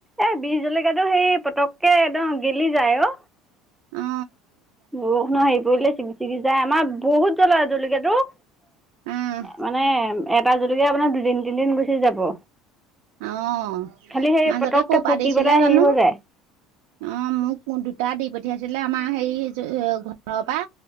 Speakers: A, in the centre; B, on the right.
A: এ বি জলকীয়াটো সেই পতককে একদম গেলি যায় অ।
B: অ,
A: বৰষুণৰ হেৰি পৰিলে চিগি চিগি যায়, আমাৰ বহুত জ্বলা জলকীয়াটো। এ
B: অহ
A: মানে এটা জলকীয়া আপোনাৰ দুদিন তিনদিন গুচি যাব।
B: আহ,
A: খালি সেই
B: মাজতে
A: পতককে
B: ক
A: পকি
B: পৰা দিছিলে
A: পেলাই
B: জানো?
A: হেৰি হৈ যায়।
B: অ, মোক দুটা দি পঠিয়াইছিলে আমাৰ হেৰি। এ ঘৰৰ পৰা